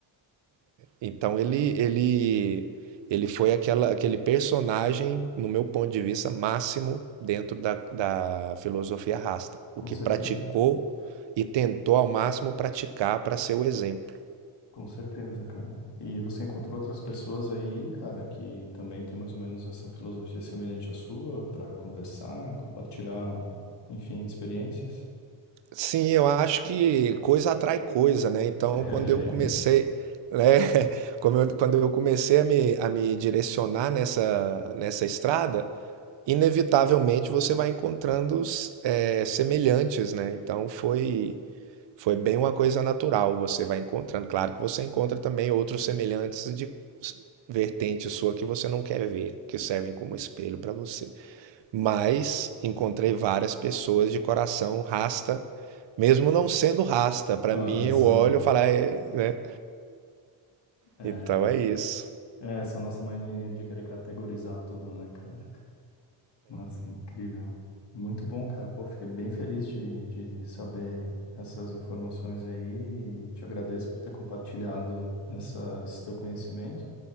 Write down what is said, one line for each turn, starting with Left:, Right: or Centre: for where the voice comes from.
Right: então ele ele ele foi aquela, aquele personagem, no meu ponto de vista, máximo dentro da, da filosofia rasta,
Left: Com
Right: o que
Left: certeza.
Right: praticou e tentou ao máximo praticar para ser o exemplo.
Left: Com certeza, cara. E você encontrou outras pessoas aí, cara, que também tem mais ou menos essa filosofia semelhante à sua, pra conversar, compartilhar, enfim, experiências?
Right: Sim, eu acho que coisa atrai coisa, né? Então,
Left: <laughs>
Right: quando eu comecei, né? <laughs> como eu- Quando eu comecei a me, a me direcionar nessa, nessa estrada, inevitavelmente você vai encontrando s- eh, semelhantes, né? Então, foi, foi bem uma coisa natural, você vai encontrando. Claro que você encontra também outros semelhantes de s- vertente sua que você não quer ver, que servem como espelho para você. Mas encontrei várias pessoas de coração rasta, mesmo não sendo rasta. para
Left: Olha
Right: mim, eu
Left: só.
Right: olho e falo, "Ah, é, né?
Left: É.
Right: Então é isso.
Left: É, essa nossa mania de querer categorizar tudo, né, cara? Nossa, é incrível. Muito bom, cara. Pô, fiquei bem feliz de, de saber essas informações aí e te agradeço por ter compartilhado essa, esse teu conhecimento.